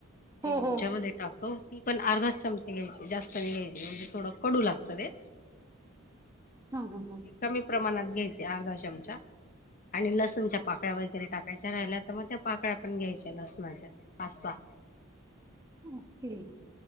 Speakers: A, on the left; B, on the right.
A: जी
B: हो,
A: लोणच्यामध्ये
B: हो,
A: टाकतो ती. पण अर्धाच चमच्या घ्यायचे जास्त नाही घ्यायचे म्हणजे थोडं कडू लागतं ते.
B: हा ह हा.
A: कमी प्रमाणात घ्यायचे अर्धा चमचा. आणि लसणच्या पाकळ्या वगैरे टाकायच्या राहिल्या तर मग त्या पाकळ्या पण घ्यायच्या लसणाच्या. पाच सहा
B: ओके.